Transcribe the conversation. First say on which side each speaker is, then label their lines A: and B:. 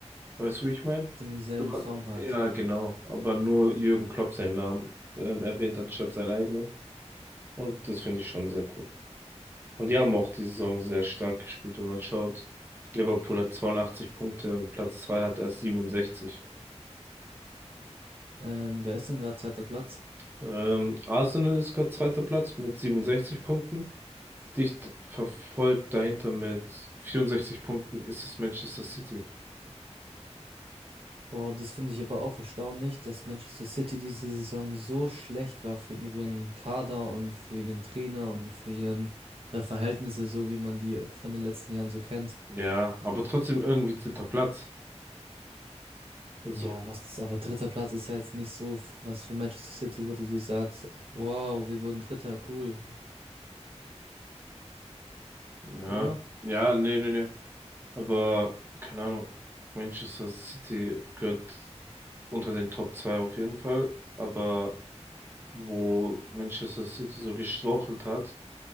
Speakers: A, on the right; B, on the right.
A: Weißt du, wie ich meine?
B: dem selben Song halt.
A: Ja, genau. Aber nur Jürgen Klopp seinen Namen ähm, erwähnt anstatt seinen eigenen. Und das finde ich schon sehr cool. Und die haben auch die Saison sehr stark gespielt, wenn man schaut. Liverpool hat 82 Punkte und Platz zwei hat erst 67.
B: Ähm, wer ist denn gerade zweiter Platz?
A: Ähm, Arsenal ist gerade zweiter Platz mit 67 Punkten. Dicht verfolgt dahinter mit 64 Punkten ist es Manchester City.
B: Boah, das finde ich aber auch erstaunlich, dass Manchester City diese Saison so schlecht war für ihren Kader und für ihren Trainer und für ihren ihre Verhältnisse, so wie man die von den letzten Jahren so kennt.
A: Ja, aber trotzdem irgendwie dritter Platz.
B: Ja,
A: So.
B: was, aber dritter Platz ist ja jetzt nicht so f- was für Manchester City, wo du dir sagst, wow, wir wurden Dritter, cool,
A: ja,
B: oder?
A: ja, nee, nee, nee. Aber keine Ahnung, Manchester City gehört unter den Top 2 auf jeden Fall. Aber wo Manchester City so gestrauchelt hat,